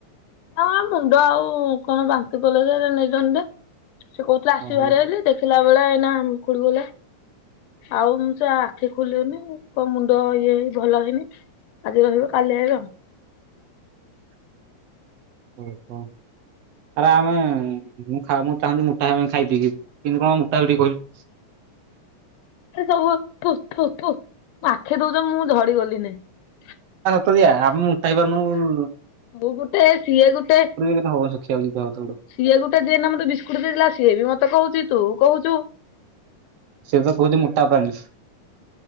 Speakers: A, on the left; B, on the right.
A: ହଁ ମୁଣ୍ଡ ଆଉ କଣ ବାନ୍ତି କଲେ ଯେ ନେଇଛନ୍ତି। ସେ କହୁଥିଲେ ଆସିବ
B: ଓହୋ
A: ବାହାର ହେଲେ ଦେଖିଲା ବେଳେ ଏଇନା ଖୁଡୀ କହିଲା। ଆଉ ମୁ ସେ ଆଖି ଖୋଲିବନି କଣ ମୁଣ୍ଡ ଇଏ ହେଇ ଭଲ ଲାଗେନି ହେଇନି ଆଜି ରହିବ କାଲି ଆଇବ ଆଉ।
B: ହ <inaudible> ଓହୋ। ଆରେ ଆମେ ମୁଁ ମୁଁ ଚାହୁଁଛି ମୋଟା ହେବାପାଇଁ ଖାଇ ପିଇକି କିଇନ୍ତି କଣ ମୋଟା ହେବି ଟିକେ କହିଲୁ। <inaudible>
A: ଏ ଥୁ ଥୁ ଥୁ ଥୁଆଖେ ଦଉଛ ମୁଁ ଝଡି ଗଲି ନାଇଁ <unintelligible>
B: ହୁଏ ଆମେ ମୁ ଉଠାଇବାରୁନୁ। <unintelligible>
A: ମୁଁ ଗୋଟେ ସିଏ ଗୋଟେ
B: କିନ୍ତୁ ହବନି ଶୁଖିଲା ଯାଉଛି ଦେହ ହାତ ଗୋଡ।
A: ସିଏ ଗୋଟେ ଯିଏ ଏଇନା ବିସ୍କୁଟ ଦେଇଥିଲା ସିଏ ବି ମତେ କହୁଛି ତୁ କହୁଛୁ।
B: ସେ ତ କହୁଛି ମୋଟା ପାଇଁ।